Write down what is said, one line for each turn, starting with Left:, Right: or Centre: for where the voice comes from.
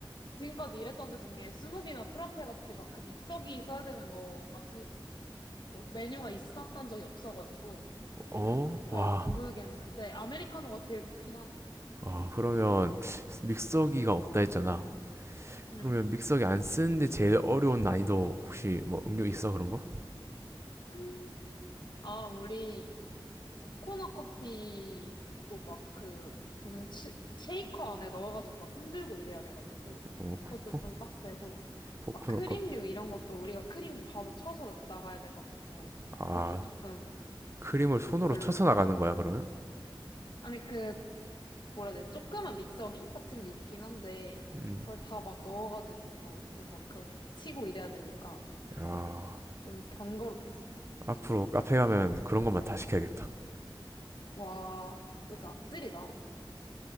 Left: 지금까지 일했던 데 중에 스무디나 프라페 같이 막 그 믹서기 써야 되는 거가 드- 어, 메뉴가 있었던 적이 없어가지고
Right: 어?
Left: 잘
Right: 와.
Left: 모르겠는데 아메리카노가 제일 좋긴 하지.
Right: 어, 그러면 믹서기가 없다 했잖아.
Left: 응.
Right: 그러면 믹서기 안 쓰는데 제일 어려운 난이도 혹시 뭐 음료 있어 그런 거?
Left: 음. 아, 우리 코코넛 커피도 막 그 무슨 치- 쉐이커 안에 넣어가지고 막 흔들고 이래야 돼가지고
Right: 어,
Left: 그것도
Right: 코코?
Left: 좀 빡세고
Right: 코코넛
Left: 막 크림류
Right: 커피.
Left: 이런 것도 우리가 크림 바로 쳐서 나가야 돼가지고
Right: 아,
Left: 그것도 조금
Right: 크림을 손으로
Left: 별로.
Right: 쳐서 나가는 거야, 그러면?
Left: 아니, 그, 뭐라 해야 돼? 조그만 믹서기 같은 게 있긴 한데,
Right: 음.
Left: 그걸 다 막 넣어가지고, 또 막 그, 치고 이래야 되니까,
Right: 야,
Left: 좀 번거롭지.
Right: 앞으로 카페 가면 그런 것만 다 시켜야겠다.
Left: 와, 너 진짜 악질이다.